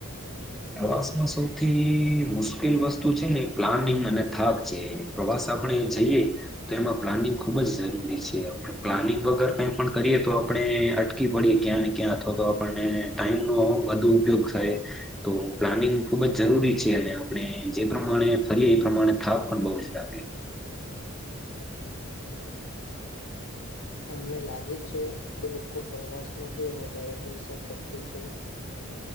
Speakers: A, in the centre; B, on the left.
A: પ્રવાસમાં સૌથી મુશ્કેલ વસ્તુ છે ને પ્લાનિંગ અને થાક છે પ્રવાસ આપણે જઈએ તો એમાં પ્લાનિંગ ખુબ જ જરૂરી છે આપણે પ્લાનિંગ વગર કઈ પણ કરીએ તો આપણે અટકી પડીએ ક્યાં ને ક્યાં અથવા તો આપણને ટાઈમનોો વધુ ઉપયોગ થાય તો પ્લાનિંગ ખુબ જ જરૂરી છે અને આપણે જે પ્રમાણે ફરીએ એ પ્રમાણે થાક પણ બહુ જ લાગે
B: તમને લાગે છે કે લોકો પ્રવાસ માટે વધારે પૈસા ખર્ચે છે